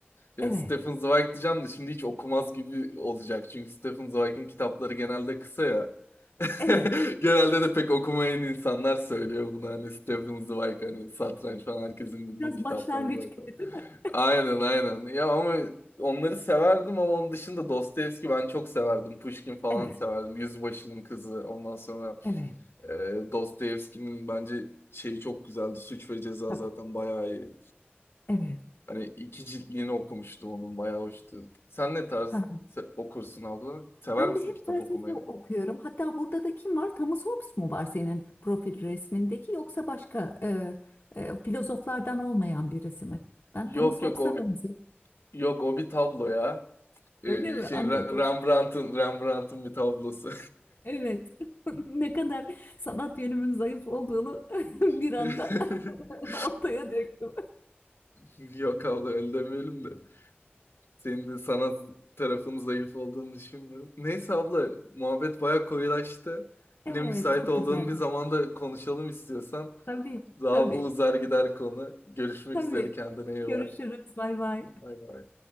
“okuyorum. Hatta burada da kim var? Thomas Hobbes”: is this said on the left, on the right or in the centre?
Left